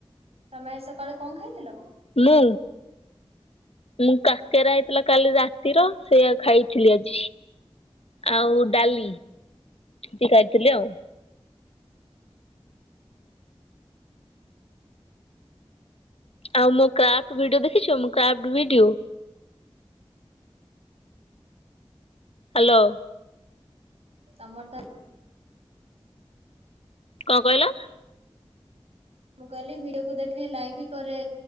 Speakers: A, on the right; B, on the left.
A: ତମେ ଆଜି ସକାଳେ କଣ ଖାଇଥିଲ?
B: ମୁଁ ମୁଁ କାକେରା ହେଇଥିଲା କାଲି ରା ତିର ସେଇଆ ଖାଇଥିଲି ଆଜି। ଆଉ ଡାଲି ସେ ଖାଇଥିଲି ଆଉ। ଆଉ ମୁଁ କ୍ରାଫ୍ଟ ଭିଡିଓ ଦେଖିଛୁ ମୁ କ୍ରାଫ୍ଟ ଭିଡିଓ। ହ୍ୟାଲୋ।
A: ତମର ତା
B: କଣ କହିଲ?
A: ମୁଁ କହିଲି ଭିଡିଓକୁୁ ଦେଖେ ଲାଇକ୍ ବି କରେ।